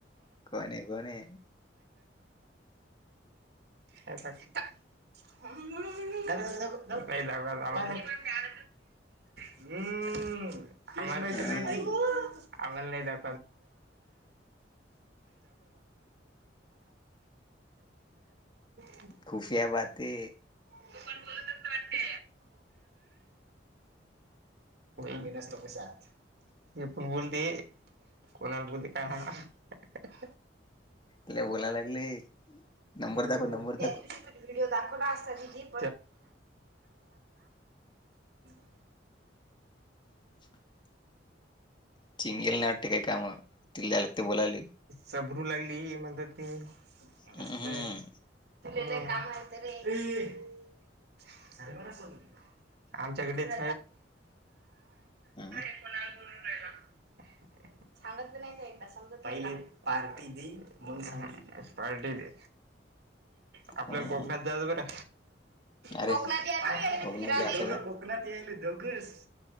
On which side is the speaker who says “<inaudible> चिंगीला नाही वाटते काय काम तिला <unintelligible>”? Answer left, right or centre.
Left